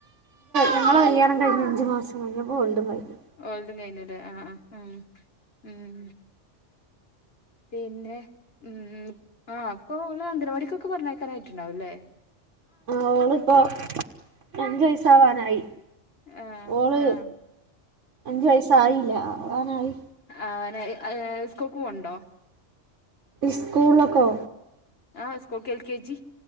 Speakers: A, on the right (about 75°); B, on the left (about 55°).
A: ഞങ്ങളെ കല്യാണം കഴിഞ്ഞ് അഞ്ച് മാസം കഴിഞ്ഞപ്പോ ഓൾടെ <unintelligible>
B: ഓൾടെ കഴിഞ്ഞിരു ആഹ് ആ്ഹ് ഉം ഉം പിന്നെ ഉം ആഹ് അപ്പൊ ഓളെ അംഗനവാടിക്കൊക്കെ പറഞ്ഞയക്കാനായിട്ടുണ്ടാവും അല്ലേ
A: ആഹ് ഓൾ ഇപ്പോ അഞ്ച് വയസ് ആവാനായി
B: ആഹ്
A: ഓള്
B: ആഹ്
A: അഞ്ച് വയസായില്ല ആവാറായി
B: ആവാനായി ആഹ് സ്കൂൾക്ക് പോവണ്ടോ
A: സ്കൂൾലേക്കോ
B: ആഹ് സ്കൂൾക്ക് എൽ കെ ജി